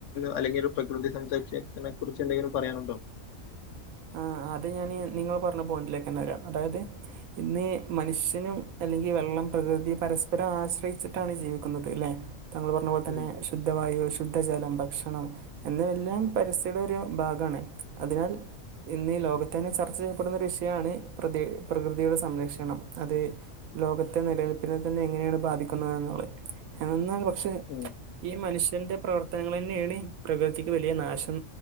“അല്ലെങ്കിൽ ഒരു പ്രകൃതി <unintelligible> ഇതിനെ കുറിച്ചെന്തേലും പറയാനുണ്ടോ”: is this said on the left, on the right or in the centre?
Left